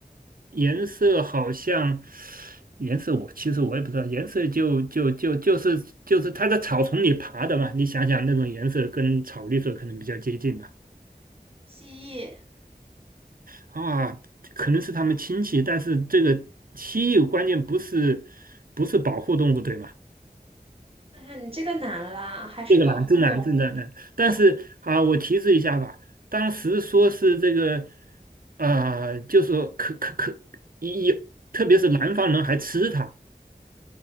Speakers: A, on the right; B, on the right.
A: 颜色好像，颜色我其实我也不知道，颜色就就就就是就是它在草丛里爬的嘛。你想想那种颜色跟草绿色可能比较接近吧？
B: 蜥蜴、
A: 啊，可能是它们亲戚，但是这个蜥蜴关键不是不是保护动物，对吗？
B: 哎呀，你这个难啦，还是保护动物。
A: 这个难，真难，真难难。但是啊，我提示一下吧，当时说是这个，呃，就说可可可，有，特别是南方人还吃它，